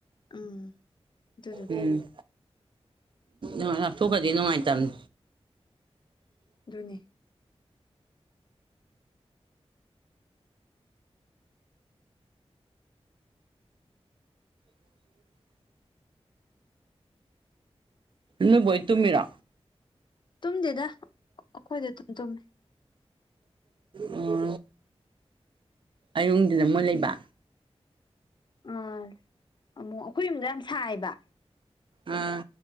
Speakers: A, on the left; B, on the right.
A: ꯎꯝ ꯑꯗꯨꯗꯨꯒꯤ
B: ꯎꯝ ꯎꯝ ꯂꯥꯛꯞꯊꯣꯛꯀ꯭ꯔꯗꯤ ꯅꯨꯡꯉꯥꯏꯇꯕꯅꯤ
A: ꯑꯗꯨꯅꯤ
B: ꯎ <unintelligible> ꯅꯣꯏꯕꯣꯛ ꯍꫭꯏ ꯇꯨꯝꯃꯤꯔꯥ
A: ꯇꯨꯝꯗꯦꯗ ꯑꯩꯈꯣꯏꯗ ꯑꯑꯗꯨꯝ ꯇꯨꯝꯃꯦ
B: ꯑꯣ ꯑꯌꯨꯛ ꯅꯨꯡꯗꯤꯟꯅ ꯃꯣꯏ ꯂꯩꯕ
A: ꯑꯥ ꯑꯃꯨꯛ ꯑꯩꯈꯣꯏ ꯌꯨꯝꯗꫭ ꯌꯥꯝ ꯁꯥꯏꯕ
B: ꯑꯥ